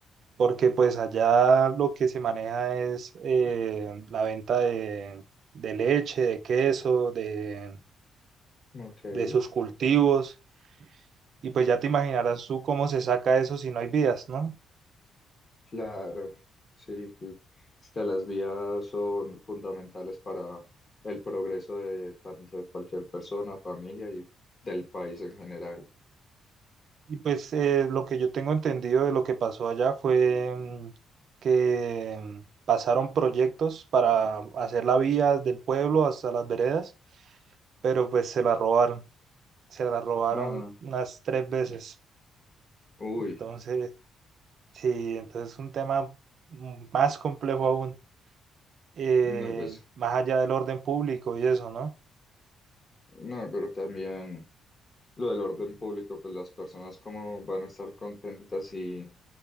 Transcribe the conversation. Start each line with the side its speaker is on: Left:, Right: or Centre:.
Right: porque pues allá lo que se maneja es eh, la venta de, de leche, de queso, de,
Left: Ok,
Right: de sus cultivos, y pues ya te imaginarás tú cómo se saca eso si no hay vías, ¿no?
Left: claro, sí, pues, es que las vías son fundamentales para el progreso de tanto de cualquier persona, familia y del país en general.
Right: Y pues eh, lo que yo tengo entendido de lo que pasó allá fue mm, que mm, pasaron proyectos para hacer la vía del pueblo hasta las veredas, pero pues se la robaron, se la robaron
Left: Ah,
Right: unas tres veces.
Left: uy,
Right: entonces Sí, entonces es un tema m- más complejo aún, eh,
Left: no, pues,
Right: más allá del orden público y eso, ¿no?
Left: no, pero también... Lo del orden público, pues las personas como van a estar contentas si